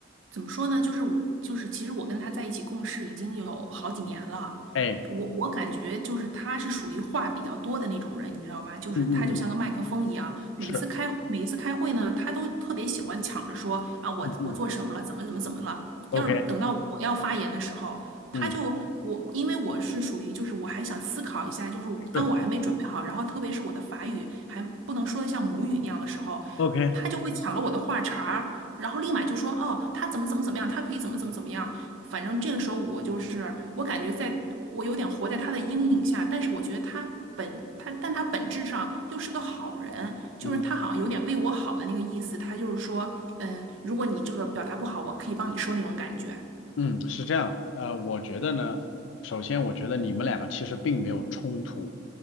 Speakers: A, on the right; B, on the left.
A: 怎么说呢？就是我就是，其实我跟他在一起共事已经有好几年了。
B: 哎，
A: 我我感觉就是他是属于话比较多的那种人，你知道吧？就是他就像个麦克风一样，
B: 嗯嗯嗯，
A: 每次开每一次开会呢，
B: 是，
A: 他都特别喜欢抢着说啊，我我做什么了，
B: 嗯嗯
A: 怎么怎么怎么了。
B: ，OK，
A: 要是等到我要发言的时候，他就我，
B: 嗯
A: 因为我是属于就是我还想思考一下，就是当我还没准备好，
B: 是
A: 然后特别是我的法语还不能说的像母语那样的时候，
B: ，OK，
A: 他就会抢了我的话茬儿，然后立马就说哦，他怎么怎么怎么样，他可以怎么怎么怎么样。反正这个时候我就是我感觉在我有点活在他的阴影下，但是我觉得他。本他，但他本质上又是个好人，就是他好像有点为我好的那个意思。
B: 嗯。
A: 他就是说，嗯，如果你这个表达不好，我可以帮你说那种感觉。
B: 嗯，是这样，呃，我觉得呢，首先我觉得你们两个其实并没有冲突，